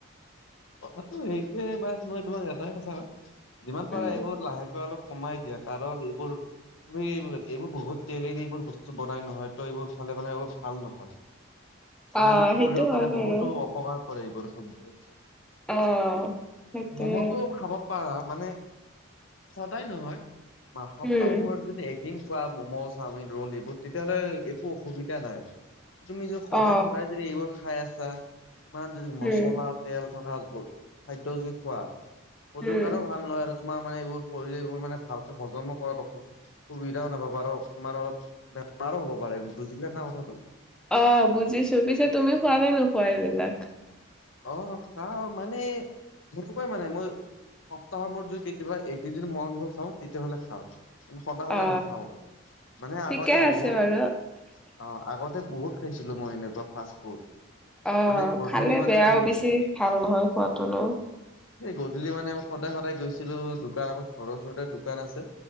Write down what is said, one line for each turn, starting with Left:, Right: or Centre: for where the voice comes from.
Left: কথাাতটো সেইটোোৱে বা মই তোমাৰ এটাই কথা ক যিমান পাৰে
Centre: উম
Left: এইবোৰ লাহেকৈ অলপ কমাই দিয়া কাৰণ এইবোৰ তুমি এইবোৰ বহুত তেল এৰি এইবোৰ বস্তু বনাই নহয় ত এইবোৰ খালে মানে অলপ ভাল নহয় মানে
Centre: অ
Left: আমাক
Centre: সেইটো
Left: শৰীৰৰ
Centre: হয়
Left: কাৰণে
Centre: বাৰু
Left: বহুতো অপকাৰ কৰে এইবোৰ খাদ্য
Centre: অ সেইটোৱে
Left: ম'ম'তটো খাব পাৰা মানে সদায় নহয় মাহ সপ্তাহবোৰ
Centre: উম
Left: যদি এক দিন খোৱা ম'ম' চাওমিন ৰোল এইবোৰ তেতিয়াহ'লে একো অসুবিধা নাই তুমি যদি সদায়
Centre: অ
Left: সদায় যদি এইবোৰ খাই আছা ইমান যদি মছলা
Centre: উম
Left: তেল থকা খাদ্য যদি খোৱা শৰীৰৰ
Centre: উম
Left: কাৰণেও ভাল নহয় আৰু তোমাৰ মানে এইবোৰ শৰীৰে এইবোৰ মানে ভালকে হজমো কৰাত অসুখ সুবিধাও নাপ বাৰু তোমাৰ অলপ বেমাৰো হ'ব বাৰু বুজিলে না কথাটো
Centre: অ বুজিছো পিছে তুমি খোৱ নে নোখোৱা এইবিলাক
Left: অ খাও মানে সনেকুৱাই মানে মই সপ্তাহৰ মোৰত যদি কেতিয়াবা এক দুদিন মনবোৰ খাওঁ তেতিয়াহ'লে খাওঁ সদায় সদায়
Centre: অ
Left: নাখাওঁ মানে আগতে
Centre: ঠিকে আছে
Left: বহুত
Centre: বাৰু
Left: অ আগতে বহুত খাইছিলো মই এনেকুৱা ফাষ্ট ফুড
Centre: অ
Left: মানে গধূলি
Centre: খালে
Left: মানে
Centre: বেয়াও
Left: আন
Centre: বেছি ভাল নহয় খোৱাতো ন
Left: গধূলি মানে সদায় সদায় গৈছিলো দোকান আমাৰ ঘৰৰ ওচৰতে দোকান আছে